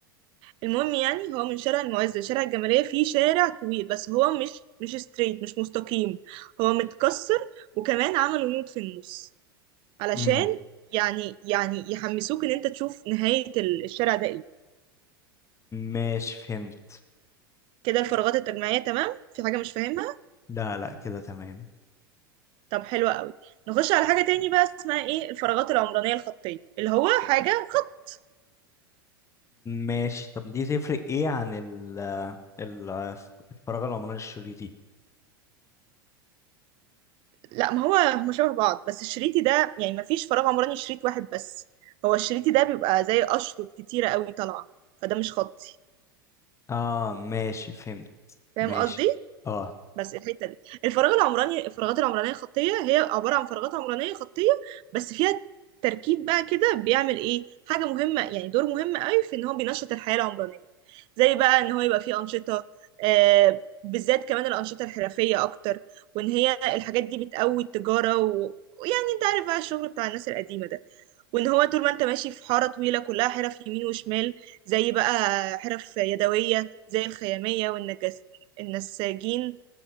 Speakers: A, on the right; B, on the left.
A: المهم يعني هو من شارع المعز لشارع الجمالية فيه شارع طويل بس هو مش مش ستريت مش مستقيم هو متكسر وكمان عملوا نوت في النص علشان
B: امم
A: يعني يعني يحمسوك ان انت تشوف نهاية ال- الشارع ده ايه
B: ماشي فهمت
A: كده الفراغات التجميعية تمام في حاجة مش فاهمها
B: لا لا كده تمام
A: طب حلوة قوي نخش على حاجة تاني بقى اسمها ايه الفراغات العمرانية الخطية اللي هو حاجة خط
B: ماشي طب دي تفرق ايه عن ال ال- الفراغ العمراني الشريطي
A: لا ما هو هما شبه بعض بس الشريطي ده يعني ما فيش فراغ عمراني شريط واحد بس هو الشريطي ده بيبقى زي أشرط كتيرة قوي طالعة فده مش خطي
B: اه ماشي فهمت
A: فاهم
B: ماشي
A: قصدي
B: اه
A: بس الحته دي الفراغ العمراني الفراغات العمرانيه خطيه هي عباره عن فراغات عمرانيه خطيه بس فيها تركيب بقى كده بيعمل ايه حاجه مهمه يعني دور مهم قوي في ان هو بينشط الحياه العمرانيه زي بقى ان هو يبقى فيه انشطه آه بالذات كمان الانشطه الحرفيه اكتر وان هي الحاجات دي بتقوي التجاره و... ويعني انت عارف بقى الشغل بتاع الناس القديمه ده وان هو طول ما انت ماشي في حاره طويله كلها حرف يمين وشمال زي بقى حرف يدويه زي الخياميه والنجس النساجين